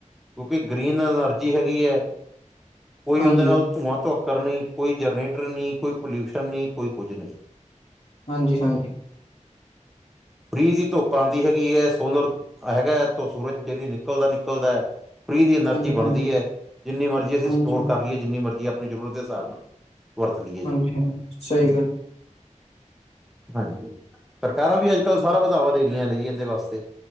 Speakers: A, in the centre; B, on the left (about 55°).
A: ਕਿਉਂਕਿ ਗ੍ਰੀਨ ਅਨਰਜੀ ਹੈਗੀ ਐ, ਕੋਈ
B: ਹਾਂਜੀ
A: ਉਹਦੇ ਨਾਲ ਧੂੰਆਂ, ਧੁਕ ਕਰਨੀ, ਕੋਈ ਜਨਰੇਟਰ ਨਹੀਂ, ਕੋਈ ਪੋਲਿਊਸ਼ਨ ਨਹੀਂ, ਕੋਈ ਕੁੱਝ ਨਹੀਂ।
B: ਹਾਂਜੀ-ਹਾਂਜੀ।
A: ਫ੍ਰੀ ਦੀ ਧੁੱਪ ਆਂਦੀ ਹੈਗੀ ਏ, ਸੋਲਰ ਹੈਗਾ, ਇਥੋਂ ਸੂਰਜ ਡੇਲੀ ਨਿਕਲਦਾ, ਨਿਕਲਦੈ। ਫ੍ਰੀ ਦੀ
B: ਹਾਂਜੀ
A: ਅਨਰਜੀ
B: ਹਾਂਜੀ
A: ਬਣਦੀ ਐ, ਜਿੰਨੀ ਮਰਜ਼ੀ ਅਸੀਂ
B: ਹਾਂਜੀ
A: ਸਟੋਰ ਕਰਲੀਏ, ਜਿੰਨੀ ਮਰਜ਼ੀ ਆਪਣੀ ਜ਼ਰੂਰਤ ਦੇ ਹਿਸਾਬ ਨਾਲ। ਏ ਜੀ,
B: ਹਾਂਜੀ ਹਾਂਜੀ ਸਹੀ ਗੱਲ
A: ਹਾਂਜੀ-ਹਾਂਜੀ, ਹਾਂ ਸਰਕਾਰਾਂ ਵੀ ਅੱਜ-ਕੱਲ ਸਾਰਾ ਵਧਾਵਾ ਦੇ ਰਹੀ ਆ ਨੇ ਜੀ ਇਹਦੇ ਵਾਸਤੇ,